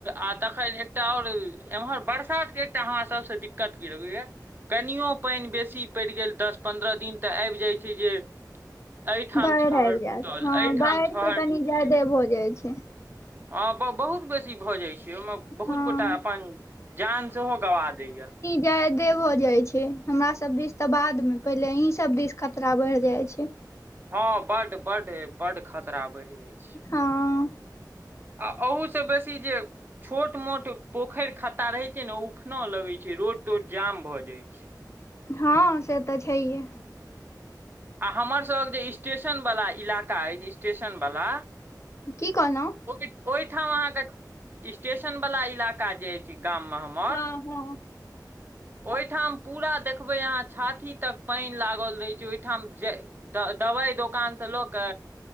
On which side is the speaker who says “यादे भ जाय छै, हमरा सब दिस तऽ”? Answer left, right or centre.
Left